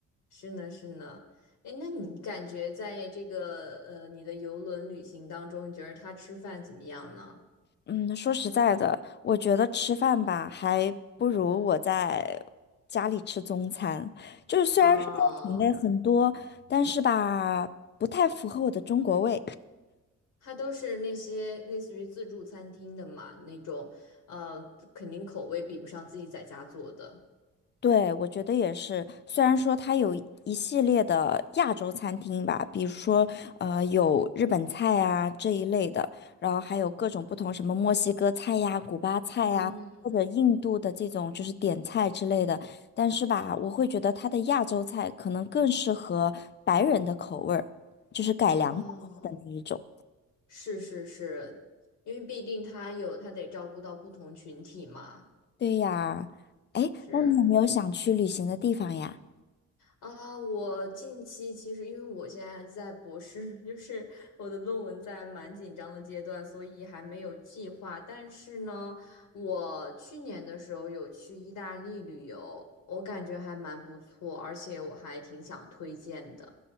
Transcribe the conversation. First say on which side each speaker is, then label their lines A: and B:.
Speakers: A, on the left (about 80°); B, on the left (about 35°).
A: 是呢，是呢。哎，那你感觉在这个呃你的游轮旅行当中，你觉得他吃饭怎么样呢？
B: 嗯，说实在的，我觉得吃饭吧，还不如我在家里吃中餐。就是虽然说嗯品类很多，
A: 哦，
B: 但是吧，不太符合我的中国胃。
A: 它都是那些类似于自助餐厅的嘛，那种呃肯定口味比不上自己在家做的。
B: 对，我觉得也是。虽然说它有一系列的亚洲餐厅吧，比如说呃有日本菜啊这一类的，然后还有各种不同什么墨西哥菜呀、古巴菜呀，
A: 嗯，
B: 或者印度的这种就是点菜之类的。但是吧，我会觉得它的亚洲菜可能更适合白人的口味儿，就是改良过后的那一种。
A: 哦，是是是，因为毕竟他有他得照顾到不同群体嘛，
B: 对呀，哎，
A: 是。
B: 那你有没有想去旅行的地方呀？
A: 啊，我近期其实因为我现在在博士，<laughs> 就是我的论文在蛮紧张的阶段，所以还没有计划。但是呢，我去年的时候有去意大利旅游，我感觉还蛮不错，而且我还挺想推荐的。